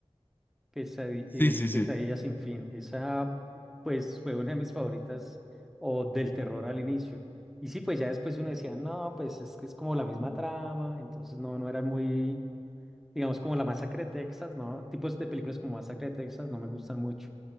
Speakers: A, in the centre; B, on the left.
A: Pesadi-
B: Sí,
A: eh,
B: sí, sí.
A: Pesadilla sin fin. Esa pues fue una de mis favoritas o del terror al inicio. Y sí, pues ya después uno decía, no, pues es que es como la misma trama, entonces no, no era muy, digamos, como la Masacre de Texas, ¿no? Tipos de películas como Masacre de Texas no me gustan mucho,